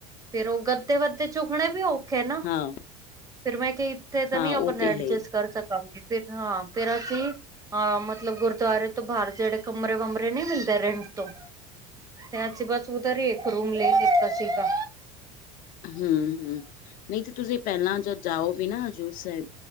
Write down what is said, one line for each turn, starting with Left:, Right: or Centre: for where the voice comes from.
Right: ਫੇਰ ਉਹ ਗੱਦੇ ਵੱਦੇ ਚੁੱਕਣੇ ਵੀ ਔਖੇ ਆ ਨਾ।
Left: ਹਾਂ
Right: ਫਿਰ ਮੈਂ ਕਿਹਾ ਇੱਥੇ ਤਾਂ
Left: ਹਾਂ
Right: ਨਹੀਂ
Left: ਉਹ
Right: ਆਪਾਂ ਨੂੰ
Left: ਤੇ
Right: ਐਡਜਸਟ
Left: ਹੈ ਹੀ
Right: ਕਰ ਸਕਾਂਗੇ ਫਿਰ ਹਾਂ ਫਿਰ ਅਸੀਂ ਹਾਂ ਮਤਲਬ ਗੁਰਦੁਆਰੇ ਤੋਂ ਬਾਹਰ ਜਿਹੜੇ ਕਮਰੇ ਵਮਰੇ ਨਹੀਂ ਮਿਲਦੇ ਰੈਂਟ ਤੋਂ। ਤ ਅਸੀ ਬਸ ਉਧਾਰੀ ਇੱਕ ਰੂਮ ਲੇ ਲੀਤਾ ਸੀਗਾ।
Left: ਹਮ ਹਮ ਨਹੀਂ ਤੇ ਤੁਸੀਂ ਪਹਿਲਾਂ ਜ ਜਾਓ ਵੀ ਨਾ। ਹਜ਼ੂਰ ਸਾਹਿਬ